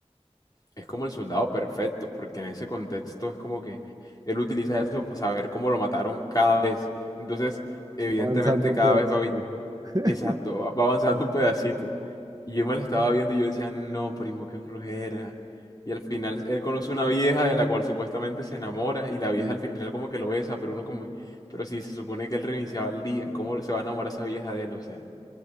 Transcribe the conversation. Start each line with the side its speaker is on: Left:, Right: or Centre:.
Left: Es como el soldado perfecto, porque en ese contexto es como que él utiliza eso para saber cómo lo mataron cada vez. Entonces, evidentemente
Right: Avanzando un
Left: cada
Right: pedacito.
Left: vez va a evitar
Right: <laughs>
Left: Exacto, va va avanzando un pedacito. Y yo me la estaba viendo y yo decía, no, primo, qué flojera. Y al final él conoce una vieja de la cual supuestamente se enamora y la vieja
Right: Sí,
Left: al final como que lo besa, pero uno como, pero si se supone que él reiniciaba el día, ¿cómo se va a enamorar esa vieja de él? O sea,